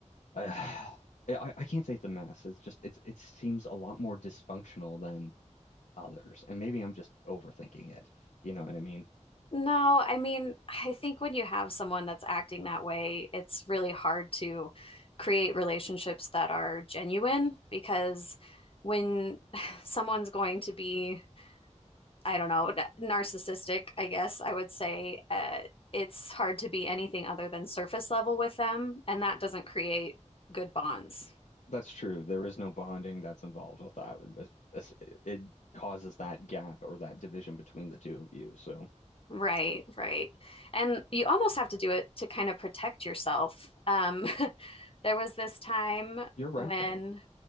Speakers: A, on the left; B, on the left.
A: I <sighs> I, I can't say it's a mess. It's just it's it seems a lot more dysfunctional than others. And maybe I'm just overthinking it. You know what I mean?
B: No, I mean, I think when you have someone that's acting that way, it's really hard to create relationships that are genuine because when <sighs> someone's going to be I don't know, narcissistic, I guess I would say. Uh, it's hard to be anything other than surface level with them, and that doesn't create good bonds.
A: That's true. There is no bonding that's involved with that. It, it's- it causes that gap or that division between the two of you. So
B: Right, right. And you almost have to do it to kind of protect yourself. Um, <laughs> there was this time
A: you're right,
B: when
A: though.